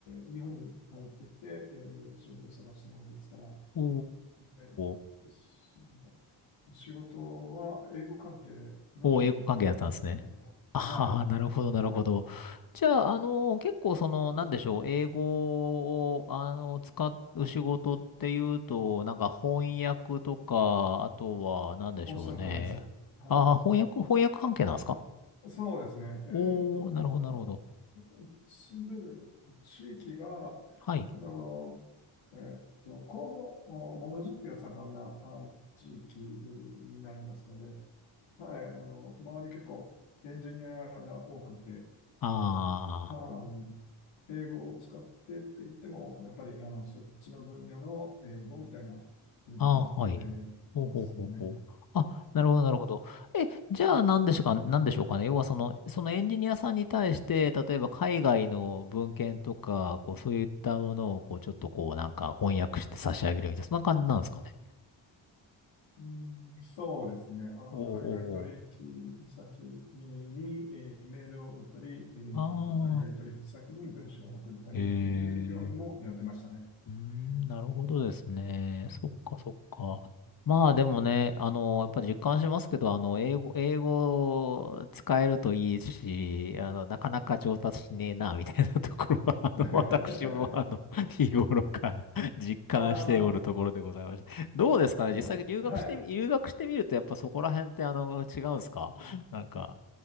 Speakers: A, on the left; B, on the left.
A: ー日本に帰ってきて、えー仕事を探したもんですから、
B: お
A: え
B: ー
A: ーし仕事は英語関係の仕事っていうことで、
B: おー、英語関係だったんですね。ああ、
A: はい、
B: なるほど、なるほど。じゃあ、あの、結構その、なんでしょう、英語を、あの、使う仕事っていうと、なんか翻訳とか、あとは、なんでしょうね。
A: おっしゃる通りです。は
B: ああ、翻訳、翻訳関係なんですか
A: い、そうですね。えーっと、
B: おー、なるほど、
A: あの
B: なるほど。
A: 住んでる地域が、あ
B: はい。
A: の、えーっと、工業、おものづくりが盛んなあ地域になりますので、はい、あの、周り結構エンジニアが多くて、
B: ああ。
A: あ英語を使ってって言っても、やっぱりあのそっちの分野の英語みたいな風になって
B: ああ、はい。ほうほうほうほう。
A: いますね。
B: あ、なるほど、
A: うん、
B: なるほど。え、じゃあ、なんでしょうか、なんでしょうかね。要は、その、そのエンジニアさんに対して、例えば、海外の文献とか、こう、そういったものを、こう、ちょっと、こう、なんか、翻訳して差し上げるみたいな、そんな感じなんですかね。
A: うんそうですね。あの、
B: おーお
A: 海外取引先に、にえーメールを打ったり、えーと海外取引先に文章を送ったりという業務もやってましたね。
B: ーおー。ああ。へえ。うーん、なるほどですね。
A: うん
B: そっかそっか。まあでもね、あの、やっぱ実感しますけど、あの、英語、英語使えるといいし、あの、なかなか上達しねえな、みたいなところは、あの、
A: <laughs>
B: 私も、あの、<laughs> 日頃から実感しておるところでございまして。
A: ああ、
B: どうですかね実際に留学してみ、
A: もう、はい
B: 留学してみると、やっぱそこら辺って、あの、違うんですかなんか、
A: うん、